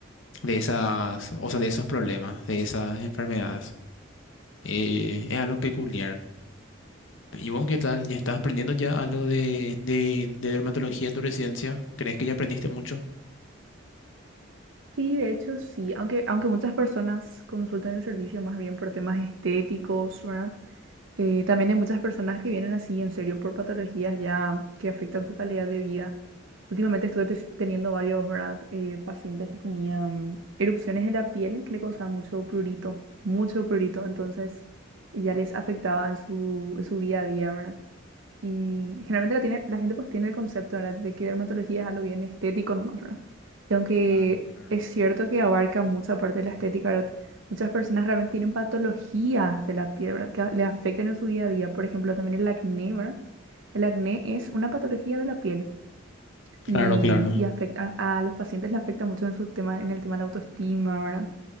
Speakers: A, on the left; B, on the right.
A: de esas, o sea, de esos problemas, de esas enfermedades. Eh, es algo peculiar. ¿Y vos qué tal? ¿Ya estás aprendiendo ya algo de, de, de dermatología en tu residencia? ¿Crees que ya aprendiste mucho?
B: Sí, de hecho sí, aunque, aunque muchas personas consultan el servicio más bien por temas estéticos, ¿verdad? Eh, también hay muchas personas que vienen así, en serio, por patologías ya que afectan su calidad de vida. Últimamente estuve te- teniendo varios, ¿verdad? Eh, pacientes que tenían erupciones en la piel que le causaban mucho prurito, mucho prurito, entonces ya les afectaba en su, en su día a día, ¿verdad? Y generalmente la, tiene, la gente pues tiene el concepto, ¿verdad? de que dermatología es algo bien estético nomás, ¿verdad? Y aunque
A: Claro, claro.
B: es cierto que abarca mucha parte de la estética, ¿verdad? Muchas personas realmente tienen patologías de la piel, ¿verdad? Que a- le afectan en su día a día. Por ejemplo, también el acné, ¿verdad? El acné es una patología de la piel
A: Claro,
B: y,
A: claro.
B: y afecta a, a los pacientes le afecta mucho en su tema, en el tema de la autoestima, ¿verdad?